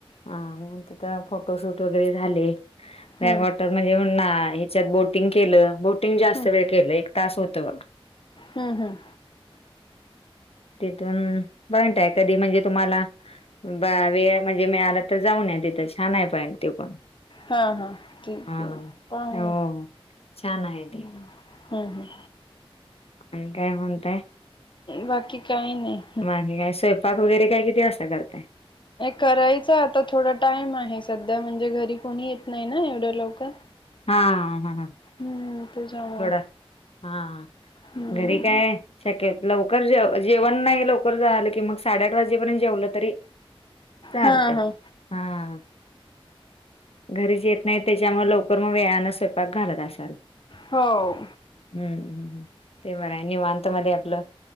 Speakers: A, on the left; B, on the left.
A: हा मंग तिथ फोटोशूट वगैरे झाले
B: हम्म
A: बॅगवॉटर म्हणजे मंग नां ह्याच्यात बोटिंग केलं बोटिंग जास्त
B: हम्म
A: वेळ केलं एक तास होत बघा.
B: हम्म हम्म
A: <unintelligible> तिथूनं जॉईट आहे कधी म्हणजे तुम्हाला बा वेळ म्हणजे मिळाला त जाऊन या तिथं छान आहे पॉईंट ते पण
B: हा हा ठीक
A: हा.
B: आहे पण
A: हो छान आहे
B: हम्म
A: ते
B: हम्म
A: आणि काय म्हणताय
B: बाकी काही नाही
A: बाकी काय स्वयपाक वगैरे काय किती वाजता करताय
B: करायच आता थोडा टाइम आहे सध्या म्हणजे घरी कोणी येत नाही ना एवढ्या लवकर
A: हां हां हां
B: हम्म त्याच्यामुळे
A: थोडा हा
B: हम्म
A: घरी काय शक्य लवकर जेवण नाही लवकर झालं की मग साडेआठ वाज पर्यंत जेवलं तरी चालत
B: हा हा
A: हा घरीच येत नाही त्याच्यामुळे लवकर मग वेळाने स्वयंपाक घालत असाल
B: हो
A: हम्म हम्म ते बरं आहे निवांत मध्ये आपलं